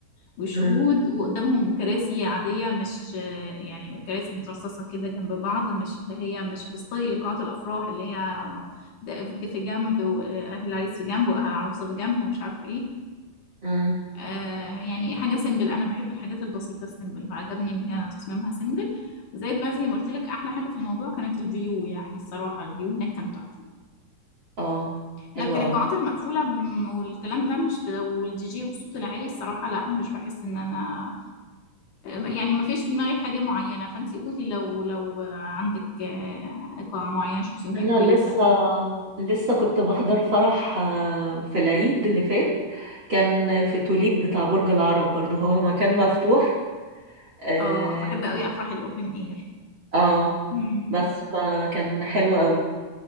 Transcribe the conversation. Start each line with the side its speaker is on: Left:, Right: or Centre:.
Left: وشهود
Right: امم
Left: وقدامهم كراسي عادية مش يعني كراسي مترصصة كده جنب بعض مش اللي هي مش بستايل قاعات الأفراح اللي هي ده ده في جنب وأهل العريس في جنب وأهل العروسة في جنب ومش عارفة إيه
Right: امم
Left: آه يعني حاجة سيمبل أنا بحب الحاجات البسيطة السيمبل فعجبني إن هي تصميمها سيمبل وزائد بقى زي ما قلت لك أحلى حاجة في الموضوع كانت الفيو يعني الصراحة الفيو هناك كان تحفة
Right: اه حلو
Left: لكن القاعات
Right: قوي
Left: المقفولة م- والكلام ده مش ب... والدي جي والصوت العالي الصراحة لا مش بحس إن أنا يعني ما فيش في دماغي حاجة معينة فانتي قولي لو لو عندك آه، قاعة معينة شفتي ان هي
Right: انا
Left: كويسة
Right: لسه لسه كنت بحضر فرح آه، في العيد اللي فات كان في توليب بتاع برج العرب برضو هو مكان مفتوح اه,
Left: اه بحب قوي افراح الاوبن اير
Right: آه.
Left: امم
Right: بس فكان حلو قوي